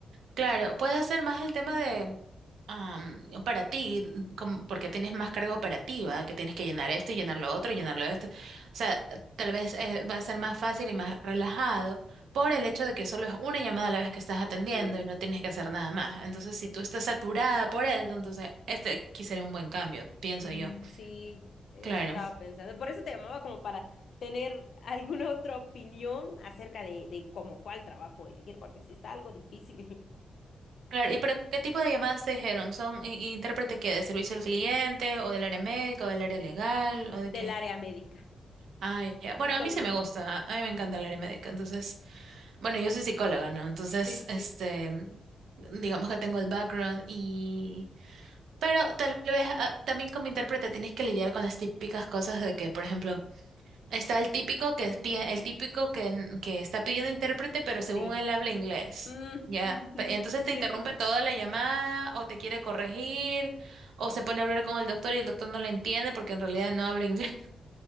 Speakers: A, on the right (about 85°); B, on the left (about 65°).
A: Claro, puede ser más el tema de am, para ti, como porque tienes más carga operativa, que tienes que llenar esto y llenar lo otro y llenar lo esto. O sea, tal vez eh, va a ser más fácil y más relajado por el hecho de que solo es una llamada a la vez que estás atendiendo
B: Sí,
A: y no tienes que hacer nada más. Entonces, si
B: es-
A: tú estás saturada por eso, entonces este aquí sería un buen cambio, pienso
B: mm,
A: yo.
B: sí, eso
A: Claro,
B: estaba pensando. Por eso te llamaba como para tener alguna otra opinión acerca de, de como cuál trabajo elegir, porque sí está algo difícil
A: claro. ¿Y pero qué tipo de llamadas te dijeron? ¿Son i- intérprete que de servicio al cliente o del área médica o del área
B: <laughs>
A: legal o de
B: del
A: qué?
B: área médica.
A: Ah, ya. Bueno,
B: Justo
A: a mí
B: lo
A: sí
B: mismo.
A: me gusta, a mí me encanta el área médica, entonces, bueno, yo soy psicóloga, ¿no? Entonces,
B: Sí, sí,
A: este,
B: sí,
A: digamos que tengo el background y, pero tal vez ah, también como intérprete tienes que lidiar con las típicas cosas de que, por ejemplo, está el típico que pi- el típico que, que está pidiendo intérprete, pero según
B: sí.
A: él habla inglés,
B: Mm,
A: ¿ya?
B: <laughs>
A: Pe- Entonces te
B: Sí,
A: interrumpe toda la llamada o te quiere corregir o se pone a hablar con el doctor y el doctor no le entiende porque en realidad no habla inglés.